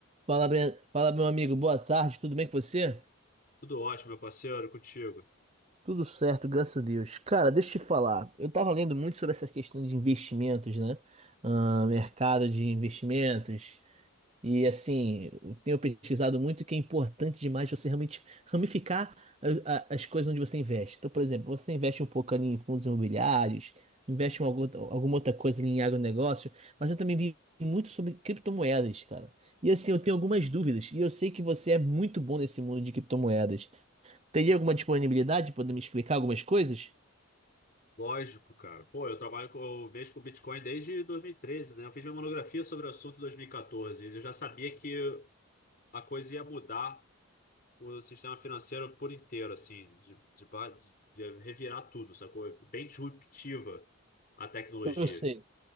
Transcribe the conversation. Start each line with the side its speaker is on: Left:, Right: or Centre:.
Right: Fala, Breno. Fala, meu amigo. Boa tarde, tudo bem com você?
Left: Tudo ótimo, meu parceiro, contigo.
Right: Tudo certo, graças a Deus. Cara, deixa eu te falar. Eu tava lendo muito sobre essa questão de investimentos, né? Ah, mercado de investimentos. E assim, eu tenho pesquisado muito que é importante demais você realmente ramificar a- a- as coisas onde você investe. Então, por exemplo, você investe um pouco ali em fundos imobiliários, investe em algum, alguma outra coisa ali em agronegócio, mas eu também vi muito sobre criptomoedas, cara. E assim, eu tenho algumas dúvidas, e eu sei que você é muito bom nesse mundo de criptomoedas. Teria alguma disponibilidade de poder me explicar algumas coisas?
Left: Lógico, cara. Pô, eu trabalho com, eu mexo com Bitcoin desde 2013, né? Eu fiz minha monografia sobre o assunto em 2014. e quatorze. E Eu já sabia que a coisa ia mudar o sistema financeiro por inteiro, assim, de, de, ba- de revirar tudo, sacou? É Bem disruptiva a tecnologia.
Right: Eu sei,